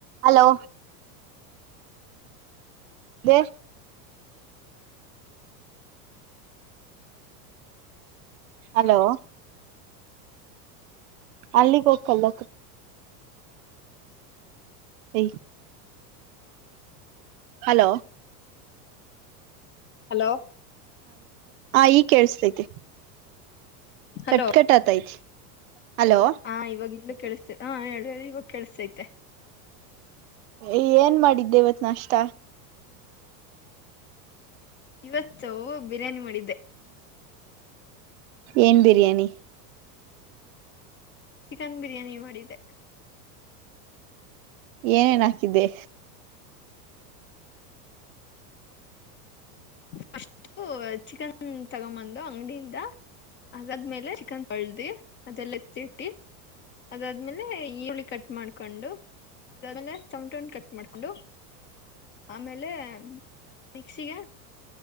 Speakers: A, on the right; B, on the left.
A: hello ಅದ hello ಅಲ್ಲಿಗೆ ಹೋಗಕಲ್ಲ <unintelligible> hello
B: hello
A: ಹಾ ಈಗ್ ಕೇಳಸ್ತೈತೆ
B: ಹಲೋ
A: ಕಟ್ ಕಟ್ ಆತೈತಿ ಹಲೋ
B: ಹಾ ಇವಾಗ ಇಲ್ಲೂ ಕೇಳಿಸ್ತೇತೆ ಹಾ ಹೇಳಿ ಹೇಳಿ ಇವಾಗ ಕೇಳಸ್ತೈತೆ
A: ಏನ್ ಮಾಡಿದ್ದೆ ಇವತ್ ನಾಷ್ಟ
B: ಇವತ್ತು ಬಿರಿಯ್ಯಾನಿ ಮಾಡಿದ್ದೆ
A: ಏನ್ ಬಿರಿಯಾನಿ
B: ಚಿಕನ್ ಬಿರಿಯಾನಿ ಮಾಡಿದ್ದೆ
A: ಏನೇನ್ ಹಾಕಿದ್ದೆ
B: ಫಸ್ಟು ಚಿಕನ್ ತಗೊಂಬಂದು ಅಂಗಡಿಯಿಂದ ಅದಾದ್ಮೇಲೆ ಚಿಕನ್ ಪಳ್ದಿ ಅದೆಲ್ಲ ಎತ್ತಿಟ್ಟಿ ಅದಾದ್ಮೇಲೆ ಈರುಳ್ಳಿ ಕಟ್ ಮಾಡ್ಕೊಂಡು ಅದಾದ್ಮೇಲೆ ಟಮೋಟೊ ಹಣ್ ಕಟ್ ಮಾಡ್ಕೊಂಡು ಆಮೇಲೆ ಮಿಕ್ಸಿಗೆ